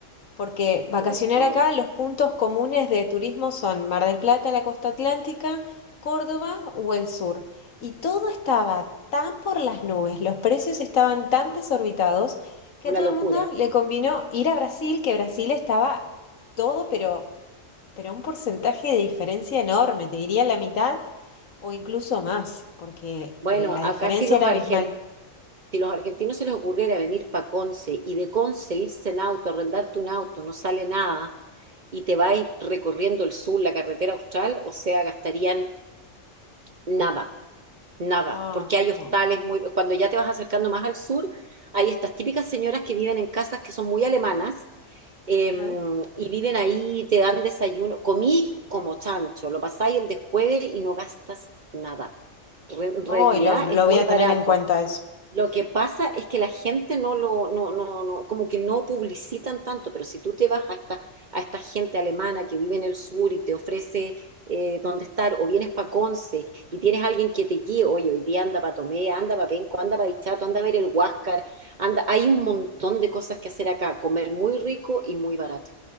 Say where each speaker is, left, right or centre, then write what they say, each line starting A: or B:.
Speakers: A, on the left; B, on the right.
A: porque vacacionar
B: Oh, wow,
A: acá, los puntos comunes de turismo son Mar del Plata, la costa atlántica, Córdoba o el sur. Y todo estaba tan por las nubes, los precios estaban tan desorbitados que
B: una
A: a todo
B: locura.
A: el mundo le convino ir a Brasil, que Brasil estaba todo, pero, pero un porcentaje de diferencia enorme, te diría la mitad o incluso más, porque
B: Bueno,
A: eh, la
B: acá
A: diferencia
B: si los
A: era
B: argen-
A: abismal.
B: si los argentinos se les ocurriera venir para Conce y de Conce irse en auto, arrendarte un auto, no sale nada, y te va a ir recorriendo el sur, la carretera austral, o sea, gastarían nada, nada,
A: Ah,
B: porque
A: claro.
B: hay hostales muy... Cuando ya te vas acercando más al sur, hay estas típicas señoras que viven en casas que son muy alemanas, eh,
A: Ajá.
B: y viven ahí, te dan desayuno, comís como chancho, lo pasáis el descueve y no gastas nada. Re- en
A: Oh,
B: realidad
A: y lo, lo
B: es muy
A: voy a tener
B: barato.
A: en cuenta eso.
B: Lo que pasa es que la gente no lo, no, no, no, como que no publicitan tanto, pero si tú te vas a esta, a esta gente alemana que vive en el sur y te ofrece eh, dónde estar, o vienes para Conce y tienes alguien que te guíe, oye, hoy día anda para Tomé, anda para Penco, anda para Dichato, anda a ver el Huáscar, anda, hay un montón de cosas que hacer acá, comer muy rico y muy barato,